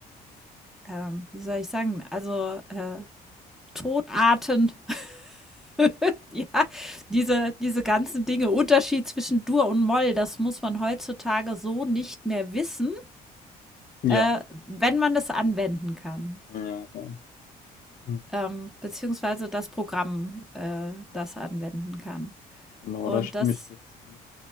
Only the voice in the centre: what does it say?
ähm, wie soll ich sagen, also, äh, Tonarten, <laughs> ja, diese diese ganzen Dinge, Unterschied zwischen Dur und Moll, das muss man heutzutage so nicht mehr wissen,
äh, wenn man es anwenden kann.
ähm, beziehungsweise das Programm, äh, das anwenden kann.
Und
das